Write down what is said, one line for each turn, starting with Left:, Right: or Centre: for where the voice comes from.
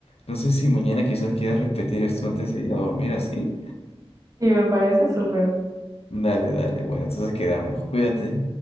Left: No sé si mañana quizás quieras repetir esto antes de ir a dormir así.
Right: Sí, me parece súper.
Left: Dale, dale. Bueno, entonces quedamos. Cuídate.